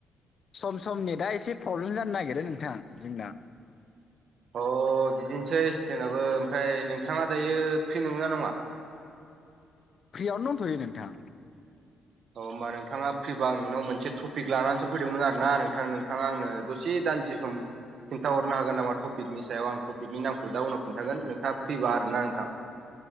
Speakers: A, on the left; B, on the right.
A: सम समनि दा एसे प्रब्लेम जानो नागिरो नोंथां जोंना
B: अ बिदिनोसै जोंनाबो ओमफ्राय नोंथाङा दायो फ्रि नोंगोना नङा
A: फ्रियावनो दंथ'यो नोंथां
B: औ होमबा नोंथाङा फ्रिबा आं नोंनाव मोनसे टपिक लानानैसो फैदोंमोन आरो ना नोंथां नोंथाङा आंनो दसे दानदिसे सम खिन्थाहरनो हागोन नामा टपिकनि सायाव आं टपिकनि नामखौ दा उनाव खिन्थागोन नोंथाङा फ्रिबा आरोना नोंथां